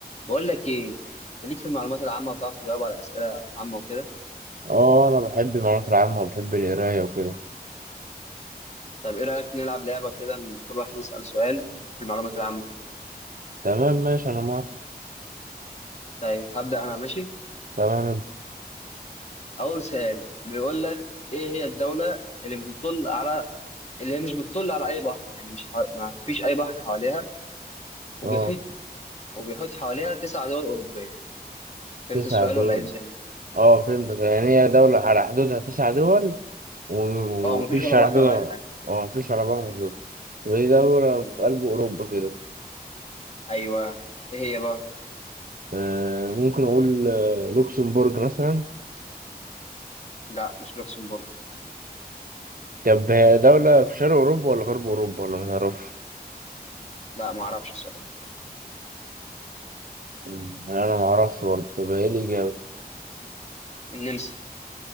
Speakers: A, on the left; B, on the right.
A: بقول لك ايه انت ليك في المعلومات العامه وتعرف تجاوب على اسئله عامه وكده
B: اه انا بحب المعلومات العامة وبحب القراية وكده
A: طيب ايه رايك نلعب لعبه كده ان كل واحد يسال سؤال في المعلومات العامه
B: تمام ماشي انا موافق
A: طيب هبدا انا ماشي
B: تمام ابدأ
A: اول سؤال بيقول لك ايه هي الدوله اللي بتطل على اللي هي مش بتطل على اي بحر يعني مش حو... ما فيش اي بحر حواليها وبيحيط
B: اه
A: وبيحيط حواليها تسع دول اوروبيه فهمت
B: تسع
A: السؤال
B: دول
A: ولا عيده تاني
B: اه فهمت يعني هي دولة على حدودها تسع دول و- ومفيش
A: اه ما فيش ولا
B: على
A: بحر
B: حدودها
A: ولا اي حاجه
B: اه مفيش على بعض حدودها وهي دولة
A: بالظبط
B: في قلب أوروبا كده
A: ايوه ايه هي بقى
B: آه ممكن أقول آه، لوكسمبورج مثلا
A: لا مش لوكسمبورغ
B: طب هي دولة في شرق أوروبا ولا غرب أوروبا ولا متعرفش؟
A: لا ما اعرفش الصراحه
B: مم، أنا معرفش برضه طب هي الإجابة
A: النمسا